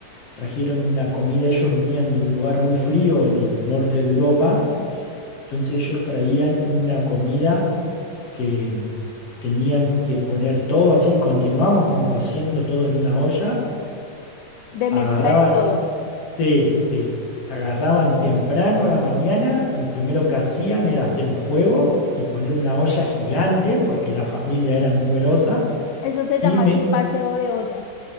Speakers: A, on the left; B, on the left.
A: Trajeron una comida, ellos venían de un lugar muy frío en el norte de Europa, entonces ellos traían una comida que tenían que poner todo así, continuamos con cociendo todo en una olla,
B: de
A: agarraba
B: mezcla de todo.
A: Sí, sí. Agarraban temprano a la mañana, lo primero que hacían era hacer un fuego y poner una olla gigante, porque la familia era numerosa,
B: Eso se
A: y
B: llama
A: me...
B: aquí paseo de olla.